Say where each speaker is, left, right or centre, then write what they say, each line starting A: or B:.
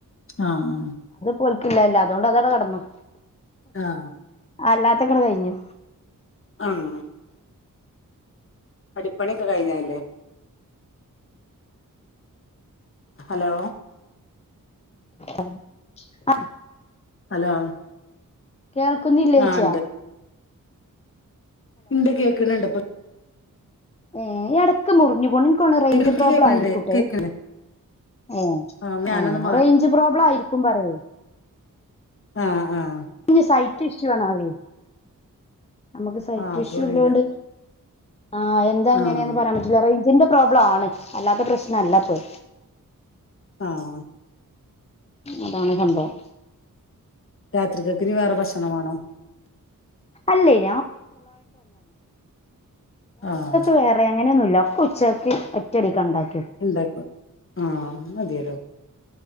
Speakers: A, on the left; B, on the left.
A: ആഹ് ആഹ്
B: കൊൽക്കില്ലല്ല അതോണ്ട്അതാവട കടന്നു
A: ആഹ്
B: അല്ലാത്തക്കട കഴിഞ്ഞു
A: ആഹ അടിപ്പണിയൊക്കെ കഴിഞ്ഞല്ലേ ഹലോ
B: അ ആ
A: ഹലോ
B: കേൾക്കുന്നില്ലേച്ചാ
A: ആഹ് എന്ത കേക്കണണ്ട് ഇപ്പൊ
B: ഏർ ഇടക്ക് മുറിഞ്ഞു പോണ് എനിക്കന്ന് റേഞ്ച്
A: എനിക്ക്
B: പ്രോബ്ലം
A: കേൾക്കണണ്ട്
B: ആയിരിക്കൂട്ടെ
A: കേൾക്കണേ
B: ഏ
A: ആഹ് ഞാനൊന്ന്
B: ഏ റേഞ്ച് പ്രോബ്ലം ആയിരിക്കും പറയൂ
A: ആ ഹ ആഹ
B: ഇ സൈറ്റ് ഇഷ്യു ആണതേ നമുക്ക് സൈറ്റ്
A: ആഹ് അതും
B: ഇഷ്യൂ
A: അറിയില്ല
B: ഇല്ലോണ്ട് ആഹ് എന്താ എങ്ങനെയന്ന്
A: ആഹ്
B: പറയാൻ പറ്റില്ലറ ഇതിന്റെ പ്രോബ്ലം ആണ് അല്ലാത്ത പ്രശ്ന അല്ലപ്പൊ
A: ആഹ്
B: അതാണ് സംഭവം
A: രാത്രികക്കിിന വേറെ ഭക്ഷണ വേണോ
B: ട്ട്െത്
A: ആഹ്
B: വ അങ്ങനെയൊന്നുമല്ല ഒക്കെ ഉച്ചയ്ക്ക് ഒറ്റടിക്ക് കണ്ടാക്കി
A: എന്താക്ക ആഹ മതിയല്ലോ